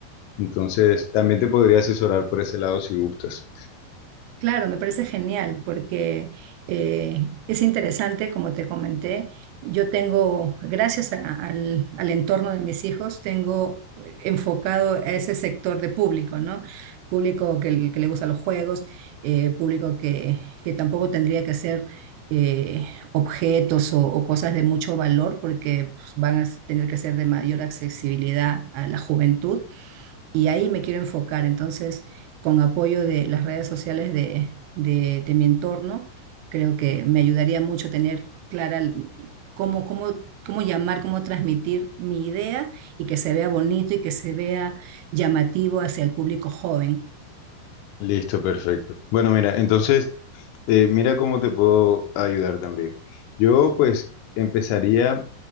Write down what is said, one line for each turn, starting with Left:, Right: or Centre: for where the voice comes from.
Left: Entonces, también te podría asesorar por ese lado si gustas.
Right: Claro, me parece genial porque eh, es interesante, como te comenté, yo tengo, gracias a- al, al entorno de mis hijos, tengo eh, enfocado a ese sector de público, ¿no? Público que, que le gusta los juegos, eh, público que, que tampoco tendría que ser eh, objetos o, o cosas de mucho valor porque pues, van a tener que ser de mayor accesibilidad a la juventud y ahí me quiero enfocar. Entonces, con apoyo de las redes sociales de, de, de mi entorno, creo que me ayudaría mucho tener clara el- cómo, cómo, cómo llamar, cómo transmitir mi idea y que se vea bonito y que se vea llamativo hacia el público joven.
Left: Listo, perfecto. Bueno, mira, entonces, eh, mira cómo te puedo ayudar también. Yo, pues, empezaría